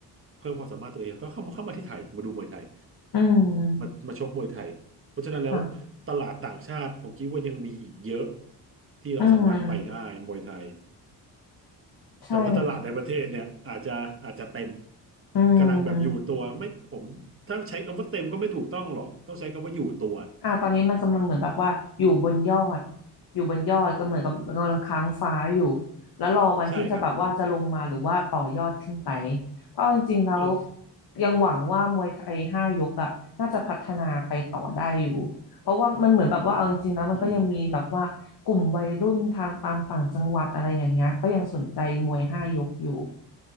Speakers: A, on the right; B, on the left.
A: เพิ่มความสามารถตัวเองก็เข้ามาเข้ามาที่ไทยมาดูมวยไทย
B: อืม
A: มามาชกมวยไทยเพราะฉะนั้นแล้วตลาดต่างชาติผมคิดว่ายังมีอีกเยอะ
B: ค่ะ
A: ที่เราสามารถไปได้มวยไทย
B: อืม ใช่ค่ะ
A: แต่ว่าตลาดในประเทศเนี่ยอาจจะอาจจะเต็ม
B: อื
A: กำลังแบบอยู่ตัวไม่ผมถ้าใช้คำว่าเต็มก็ไม่ถูกต้องหรอกต้องใช้คำว่าอยู่ตัว
B: ม อ่าตอนนี้มันกำลังเหมือนแบบว่าอยู่บนยอดอยู่บนยอดก็เหมือนกับกำลังค้างฟ้าอยู่แล้วรอวันที่จะแบบว่าจะลงมาหรือว่าต่อยอดขึ้นไป
A: ใช่ครับ
B: เพราะเอาจริงๆแล้ว
A: อ้าว
B: ยังหวังว่ามวยไทยห้ายกอ่ะน่าจะพัฒนาไปต่อได้อยู่เพราะว่ามันเหมือนแบบว่าเอาจริงๆแล้วมันก็ยังมีแบบว่ากลุ่มวัยรุ่นทางตามต่างจังหวัดอะไรอย่างเงี้ยก็ยังสนใจมวยห้ายกอยู่
A: อืม